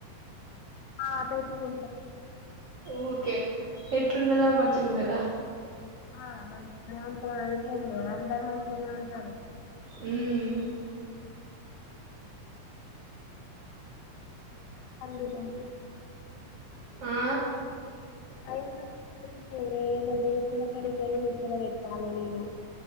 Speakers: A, on the left (about 85°); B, on the right (about 75°).
A: ఆ తెచ్చ కు
B: ఊకే ఎట్లున్నదా మంచిగున్నదా
A: ఆ ఆ అ ఉంటారు అందుకేంది అందరు మంచిగానే ఉంటారు
B: హ్మ్మ్
A: అందు నండి
B: ఆ
A: అయ ర దోసలో క అడిపోయి ముచ్చట వెట్టాల నేను